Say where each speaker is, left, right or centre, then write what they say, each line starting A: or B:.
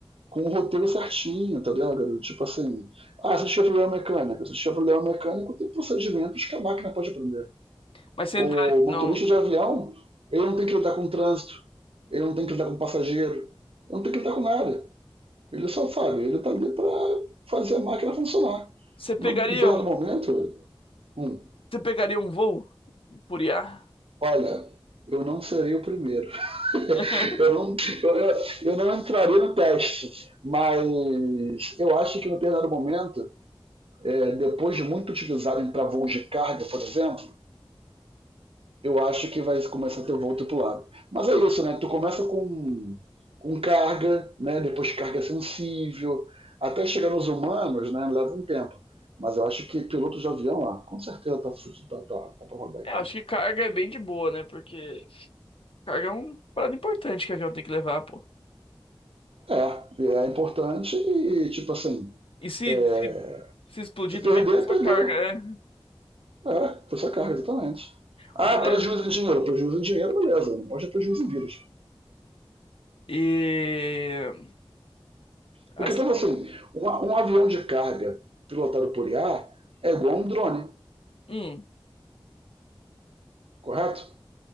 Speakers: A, on the right; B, on the left.
A: com o roteiro certinho, tá ligado? garoto? Tipo assim, ah, se tiver problema mecânico, se tiver problema mecânico, tem procedimentos que a máquina pode aprender.
B: Mas você
A: O
B: entraria
A: motorista
B: no.
A: de avião, ele não tem que lidar com o trânsito, ele não tem que lidar com o passageiro, ele não tem que lidar com nada. Ele só sabe, ele tá ali pra fazer a máquina funcionar.
B: Você pegaria
A: Num determinado
B: um.
A: momento, um,
B: Você pegaria um voo por IA?
A: olha, eu não serei o primeiro.
B: <laughs>
A: Eu não, eu, eu, não entraria no teste, mas eu acho que no determinado momento, é, depois de muito utilizarem para voos de carga, por exemplo, eu acho que vai começar a ter voo tripulado. Mas é isso, né? Tu começa com, com carga, né? depois carga sensível, até chegar nos humanos, né? Leva um tempo. Mas eu acho que pilotos de avião, ah, com certeza tá, tá, tá, tá pra rodar
B: É,
A: aí também.
B: eu acho que carga é bem de boa, né? Porque carga é uma parada importante que o avião tem que levar, pô.
A: É, é importante e, tipo assim,
B: E se,
A: é,
B: se, se explodir
A: se perder,
B: também fica sua
A: perdeu.
B: carga, é.
A: É, foi sua carga, exatamente. Ah,
B: O problema.
A: prejuízo em dinheiro. Prejuízo em dinheiro, beleza. Não pode ter prejuízo em vidas.
B: E. Assim.
A: Porque pensa assim, uma- um avião de carga pilotado por IA é igual a um drone,
B: hum,
A: correto?